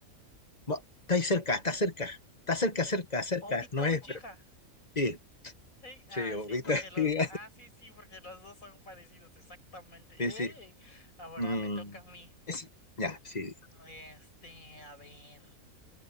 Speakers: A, on the left; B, on the left.
A: Mo- Está ahí cerca, está cerca, está cerca,
B: Eh,
A: cerca, cerca,
B: Obito
A: no es,
B: Uchiha.
A: pero sí,
B: Sí, ah,
A: sí, ahorita,
B: sí, porque
A: <laughs>
B: los.
A: sí,
B: Ah, sí, sí, porque los dos son parecidos, exactamente.
A: sí. sí.
B: ¡Ey! Ahora
A: Mm,
B: me toca a mí.
A: es- ya, sí.
B: Este, a ver.